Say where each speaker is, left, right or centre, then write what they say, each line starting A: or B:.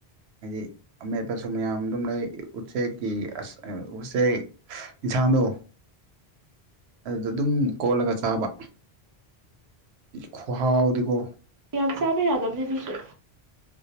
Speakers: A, on the right; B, on the right.
A: ꯍꯥꯏꯗꯤ ꯑꯃꯦꯠꯄꯁꯨ ꯃꯌꯥꯝ ꯑꯗꯨꯝ ꯂꯩ ꯎꯆꯦꯛꯀꯤ ꯑꯖ ꯎꯆꯦꯛ ꯌꯦꯟꯁꯥꯡꯗꯣ ꯑꯗꯨꯗ ꯑꯗꯨꯝ ꯀꯣꯠꯂꯒ ꯆꯥꯕ ꯈꯨꯍꯥꯎꯗꯤꯀꯣ
B: ꯌꯥꯝ ꯆꯥꯕ ꯌꯥꯗꯕꯅꯦ ꯑꯗꯨꯁꯨ